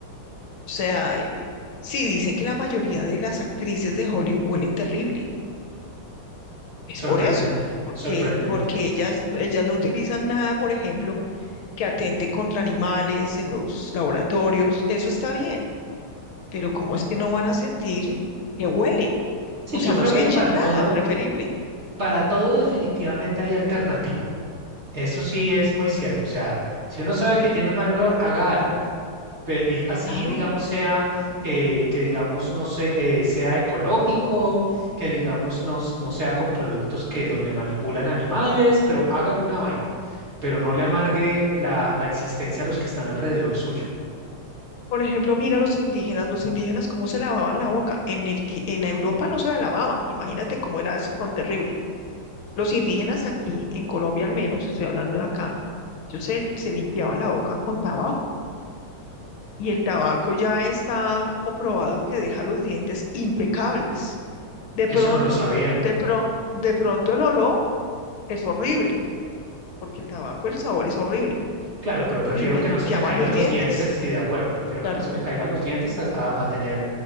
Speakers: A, on the left; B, on the right.
A: O sea, eh, sí, dicen que la mayoría de las actrices de Hollywood huelen terrible. Es
B: sorprendente,
A: por eso, porque,
B: sorprendente.
A: porque ellas, ellas no utilizan nada, por ejemplo, que atente contra animales en los laboratorios. Eso está bien, pero ¿cómo es que no van a sentir que huelen?
B: Sí,
A: O sea,
B: yo
A: no
B: creo
A: se
B: que
A: echen
B: para
A: nada,
B: todo,
A: preferible.
B: para todo definitivamente hay alternativa. Eso sí es muy cierto. O sea, si uno sabe que tiene un mal olor, haga algo. Pe- eh, así,
A: Claro.
B: digamos, sea que, que digamos, no sé, eh, sea ecológico, que digamos, no, s- no sea con productos que donde manipulan animales, pero haga alguna vaina, pero no le amargue la, la existencia a los que están alrededor suyo.
A: Por ejemplo, mira los indígenas, los indígenas cómo se lavaban la boca. En el, ti- en Europa no se la lavaban. Imagínate cómo era eso tan terrible. Los indígenas aquí, en Colombia al menos, estoy hablando de acá, ellos se, se limpiaban la boca con tabaco y el tabaco ya está comprobado que deja los dientes impecables. De
B: Eso
A: pronto,
B: no lo sabía.
A: de, pro- de pronto el olor es horrible, porque el tabaco, el sabor es horrible,
B: Claro, pero prefiero
A: pero les
B: que
A: limpiaban
B: no se me caigan
A: los
B: los
A: dientes.
B: dientes, sí, de acuerdo, prefiero
A: Claro.
B: que no se me caigan los dientes a, a- a tener,